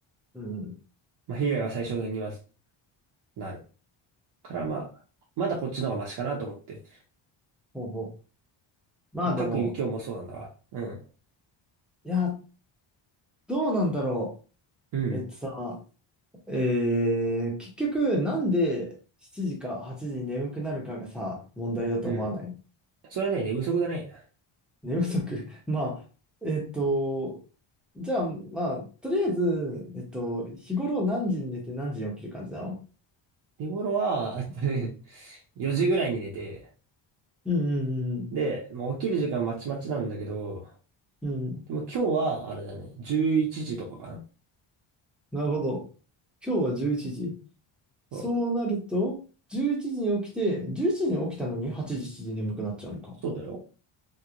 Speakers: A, in the centre; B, on the right.
A: うん、
B: まあ、被害は最小限にはなる。から、まあ、まだこっちの方がマシかなと思って。
A: ほうほう。まあでも、
B: まあ、各有今日もそうなんだが、うん、
A: いや、どうなんだろ
B: うん、
A: う。えっとさ、えー、結局、なんで7時か8時に眠くなるかがさ、問題だと思わない
B: うん。それはね、寝不足だね。
A: 寝不足 <laughs> まあ、えっと、じゃあ、まあ、とりあえず、えっと、日頃何時に寝て何時に起きる感じなの
B: 日頃は、あとね、4時ぐらいに寝て、
A: うんうん
B: で、まあ、起きる時間まちまちなんだけど、
A: うん。うん。
B: でも今日は、あれだね、11時とかかな。
A: なるほど。今日は11時。
B: そう、
A: そうなると、11時に起きて、11時に起きたのに8時、7時に眠くなっちゃうのか。
B: そうだよ。